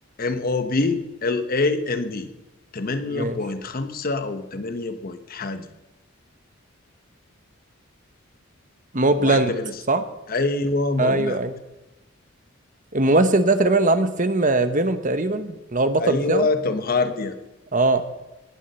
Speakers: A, on the left; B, on the right.
A: ام او بي ال اي ان دي 8.5
B: ماشي
A: او 8 بوينت حاجة
B: موبلاند
A: واحدة من الس...
B: صح
A: ايوه ما
B: ايوه
A: بلان
B: ايوه الممثل ده تقريبا اللي عامل فيلم فينوم تقريبا اللي هو البطل
A: ايوة
B: بتاعه
A: توم هاردي
B: اه